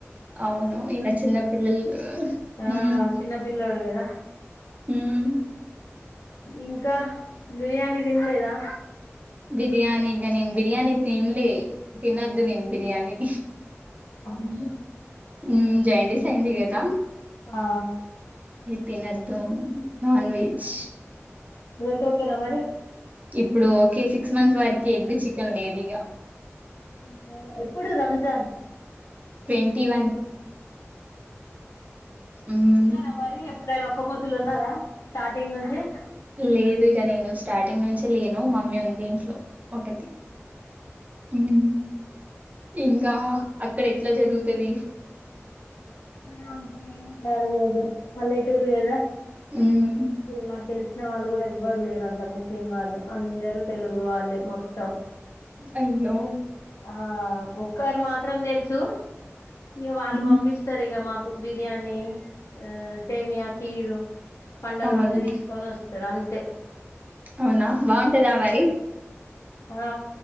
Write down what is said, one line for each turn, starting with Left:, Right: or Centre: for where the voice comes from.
Right: అవును ఇన చిన్న పిల్లల్ల్ లు
Left: ఆ
Right: హు
Left: చిన్న పిల్లోడు కదా
Right: హుం
Left: ఇంకా బిర్యానీ తిన్లేదా
Right: బిర్యాని ఇగ నేను బిర్యానీ తిన్లే, తిన్నద్దు నేన్ బిర్యానీ
Left: అ మ్మ్
Right: ఉ జెండి‌స్ అయింది కద.
Left: ఆ
Right: ఇ తినద్దు. నాన్ వెజ్జ్
Left: వెళ్తే ఓకేనా మరి
Right: ఇప్పుడు ఓకే సిక్స్ మంస్స్ వరకి ఎగ్గ్, చికెన్ లేదు ఇగ
Left: అం వ ఎప్పుడు రంజాన్.
Right: ట్వంటీ వన్ మ్మ్
Left: ఉన్నర మరి ఎ ప్పుడైన ఒక్క పొద్దులు ఉన్నారా స్టార్టింగ్ నుంచి
Right: లేదు ఇగ నేను స్టార్టింగ్ నుంచే లేను మమ్మీ ఉంది ఇంట్లో ఒకటి, హ్మ్ం ఇంకా అక్కడ ఎట్ల జరు తిది
Left: ఉహ అంతేం జరగదు పల్లెటూరు గదా.
Right: ఉమ్
Left: మాకు తెలిసిన వాళ్ళు కూడా ఎవ్వరు లేరు అంత ముస్లిం వాళ్ళు అందరు తెలుగు వాళ్ళే మొత్తం
Right: అయ్యో
Left: ఆ ఒక్కరు మాత్రం థెల్సు, ఇక వాళ్ళు
Right: హ్మ్.
Left: పంపిసస్సరు ఇగ మాకు బిర్యానీ, ఆ సేమియా కీరు పండగ
Right: అవును
Left: రోజు దిస్ కొనొస్ తరంతే
Right: అవునా బాగుంటదా మరి
Left: ఆ